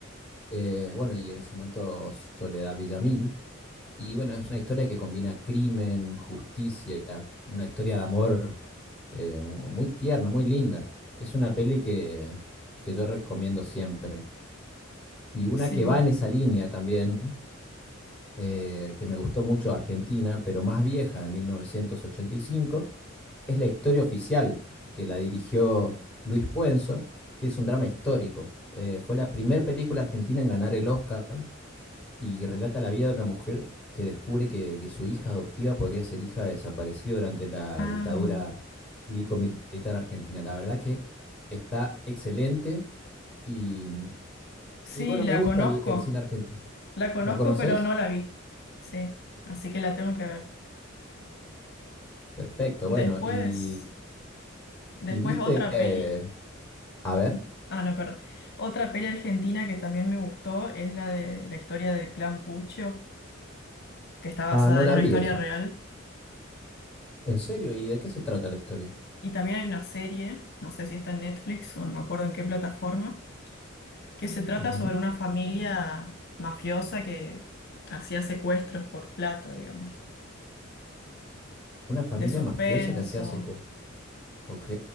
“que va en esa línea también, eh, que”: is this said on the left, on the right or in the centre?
Centre